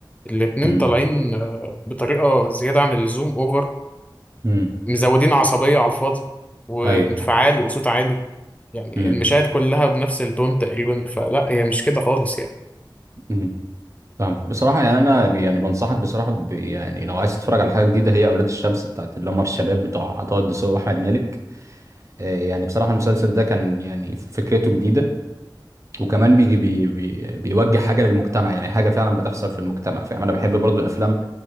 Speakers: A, on the left; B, on the right.
A: الاتنين
B: امم
A: طالعين آه، بطريقة زيادة عن اللزوم اوفر
B: امم
A: مزودين عصبية على الفاضي وانفعال
B: ايوه
A: وصوت عالي يعني
B: امم
A: المشاهد كلها بنفس التون تقريبا فلا هي مش كده خالص يعني
B: امم فاهمك بصراحه يعني انا ب- يعني بنصحك بصراحه ب يعني لو عايز تتفرج على حاجه جديده هي اولاد الشمس بتاعت اللي هم الشباب بتوع عطاء الدسوقي واحمد مالك آه، يعني بصراحه المسلسل ده كان يعني فكرته جديده وكمان بيجي بي بي بيوجه حاجه للمجتمع يعني حاجه فعلا بتحصل في المجتمع فاهم انا بحب برضو الافلام